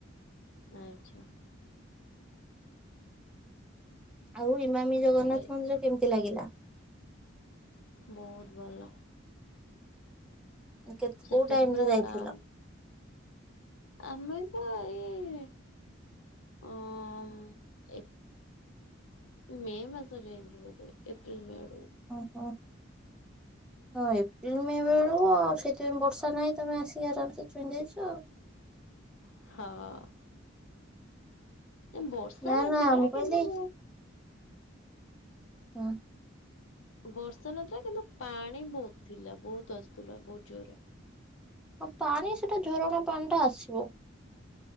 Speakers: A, on the left (about 75°); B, in the centre.
A: ଆଚ୍ଛା
B: ଆଉ ଇମମି ଜଗନ୍ନାଥ
A: ଏ-
B: ମନ୍ଦିର କେମିତି ଲାଗିଲା?
A: ବହୁତ ଭଲ।
B: କେତେ
A: ସେଠି
B: କୋଉ ଟାଇମ
A: ତ ପୁରା
B: ରେ
A: <inaudible>
B: ଯାଇଥିଲ?
A: ଆମେ ଆମେ ଏଇ <inaudible> ଅଁ ମେ ମାସରେ ଯିବେ ବୋଧେ ଏପ୍ରିିଲ ମେ ଆଡୁ
B: ଓ। ହଁ ଏପ୍ରିଲ ମେ ବେଳକୁ ଆଉ ସେଇଥିପାଇଁ ବର୍ଷା ନାହିଁ। ତମେ ଆସିକି ଆରାମସେ ଛୁଇଁ ଦେଇେଇଛ ଆଉ।
A: <inaudible> ହଁ। ବର୍ଷା
B: ନା
A: ନଥିଲା
B: ନା ମୁଁ କହିଲି
A: କିନ୍ତୁ ମୁଁ
B: ହୁଁ।
A: ବର୍ଷା ନଥିଲା କିନ୍ତୁ ପାଣି ବହୁତ ଥିଲା ବହୁତ ଆସୁଥିଲା ବହୁତ ଜୋରରେ।
B: ଆଉ ପାଣି ସେଟା ଝରଣା ପାଣି ଟା ଆସିବ।